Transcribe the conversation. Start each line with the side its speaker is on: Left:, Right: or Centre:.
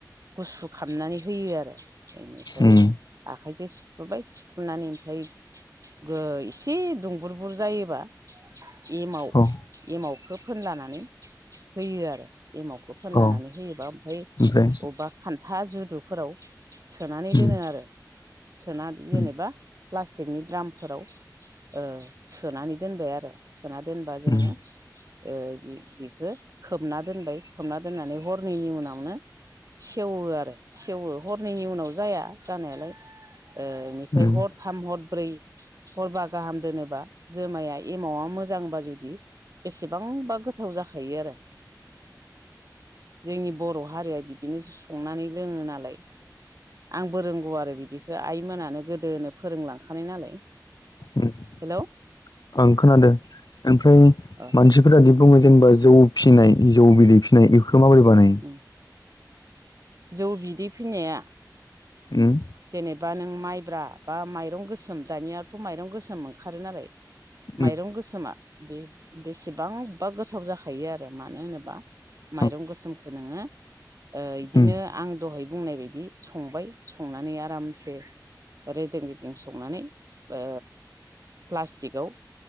Right: गुसु खामनानै होयो आरो इनिफ्राय
Left: उम
Right: आखाइजों सिफ्रुबाय सिफ्रुनानै ओमफाय गो इसे दुंबुर बुर जायोबा एमाव
Left: औ
Right: एमावखौ फोनलानानै होयो आरो एमावख फोनलानानै
Left: औ
Right: होयोबा ओमफाय
Left: ओमफ्राय
Right: अबबा खान्था जुदुफोराव सोनानै दोनो
Left: उम
Right: आरो सोना जेनेबा
Left: उम
Right: प्लास्टिकनि द्रामफोराव ओ सोनानै दोनबाय आरो सोना दोनबा जोङो
Left: उम
Right: ओ इ इखो खोबना दोनबाय खोबना दोननानै हरनैनि उनावनो सेवो आरो सेवो हरनैनि उनाव जाया जानायालाय ओ इनिफाय
Left: उम
Right: हर थाम हर ब्रै हरबा गाहाम दोनोबा जोमाया एमावा मोजांबा जुदि बेसेबांबा गोथाव जाखायो आरो जोंनि बर' हारिया बिदिनो संनानै लोङो नालाय आंबो रोंगौ आरो बिदिखौ आइमोनानो गोदोनो फोरोंलांखानाय नालाय
Left: <unintelligible>
Right: हेलौ
Left: ओं खोनादो ओमफ्राय
Right: अ
Left: मानसि बेफोरादि बुङो जेनेबा जौ फिनाय जौ बिदै फिसिनाय बेफोरखौ माबोरै बानाय
Right: उम जौ बिदै फैनाया
Left: उम
Right: जेनेबा नों माइब्रा बा माइरं गोसोम दानियाथ' माइरं गोसोम ओंखारो नालाय
Left: उम
Right: माइरं गोसोमा बे बेसेबांबा गोथाव जाखायो आरो मानो होनोबा माइरं
Left: औ
Right: गोसोमखौ नोङो ओ बिदिनो
Left: उम
Right: आं दहाय बुंनाय बायदि संबाय संनानै आरामसे रेदें रेदें संनानै ओ प्लास्टिकआव